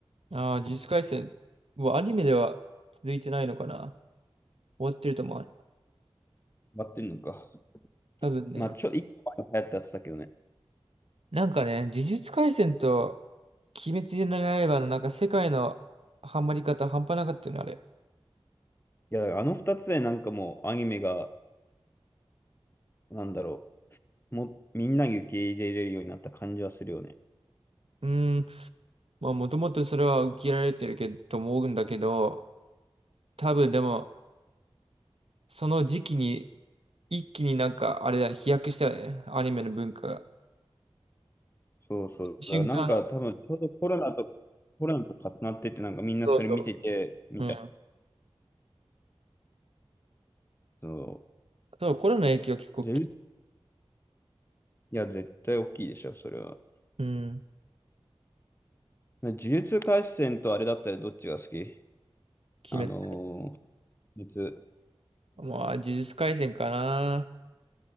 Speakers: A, on the right (about 75°); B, on the left (about 25°).
A: う。ああ、呪術廻戦。もうアニメでは続いてないのかな終わってると思う。
B: やってんのか。
A: 多分ね。
B: まあ、ちょ、一個前に流行ったやつだけどね。
A: なんかね、呪術廻戦と鬼滅の刃のなんか世界のハマり方半端なかったよね、あれ。
B: いや、あの二つでなんかもうアニメが、なんだろう、もうみんなに受け入れれるようになった感じはするよね。
A: うーん。まあもともとそれは受け入れられてるけど、と思うんだけど、多分でも、その時期に、一気になんか、あれだ、飛躍したよね。アニメの文化が。
B: そうそう。
A: 瞬間の、
B: だからなんか多分ちょうどコロナと、コロナと重なってて、なんかみんなそれ見てて、
A: そうそ
B: みたいな。
A: う。うん。
B: そ
A: そうコロナの影響は結構
B: う。でいや、絶対大きいでしょ、それは。
A: うん、
B: 呪術廻戦とあれだったらどっちが好き
A: 決め、
B: あのー、呪術。
A: もう、あ呪術廻戦かな。